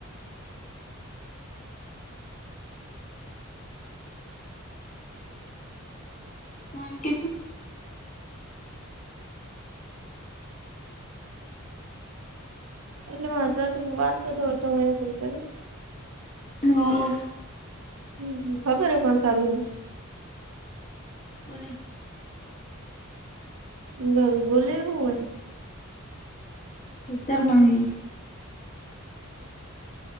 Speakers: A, on the left (about 35°); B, on the right (about 75°).
A: હ એમ કે તું
B: એટલે માસાથી વાત કરતો હતો હું એમ કઉ કરી
A: હ
B: હમ્મ હમ્મ ખબર હે ફોન ચાલુ હે
A: કોને
B: <unintelligible> બોલે હું વળી
A: ખેતરમાં હે